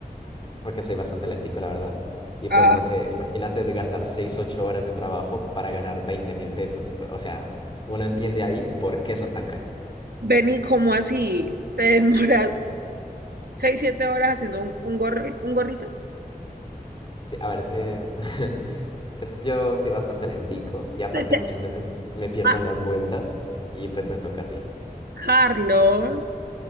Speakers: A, on the left; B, on the right.
A: porque soy bastante lentico, la verdad. Y
B: Ah,
A: pues no sé, imagínate de gastar 6 8 horas de trabajo para ganar veinte mil pesos. Pues, O sea, uno entiende ahí por qué son tan caros.
B: Benny, ¿cómo así? ¿Te demoras seis, siete horas haciendo un, un gorro, un gorrito?
A: Sí, a ver, es que, <laughs> es que yo soy bastante lentico y aparte
B: Vete
A: muchas veces me pierdo
B: a-
A: en las vueltas y pues me toca a ti.
B: Carlos.